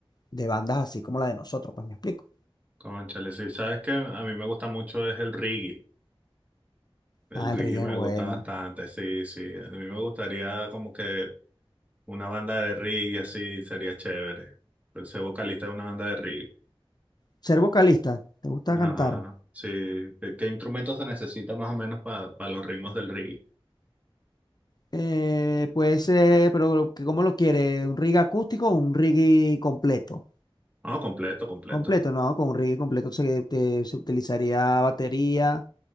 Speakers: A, on the left; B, on the right.
A: de bandas así como la de nosotros, pues me explico.
B: cónchale. Sí, sabes que a mí me gusta mucho es el reggae. El
A: Ah,
B: reggae
A: el reggae
B: me
A: es bueno.
B: gusta bastante, sí, sí. A mí me gustaría como que una banda de reggae así sería chévere. El ser vocalista de una banda de reggae.
A: Ser vocalista, ¿te gusta cantar?
B: Ajá, sí. ¿Qué, qué instrumentos se necesita más o menos para los ritmos del reggae?
A: Eh, puede ser, pero lo que- ¿cómo lo quiere? ¿Un reggae acústico o un reggae completo?
B: No, completo, completo.
A: Completo, no, con un reggae completo se, te- se utilizaría batería,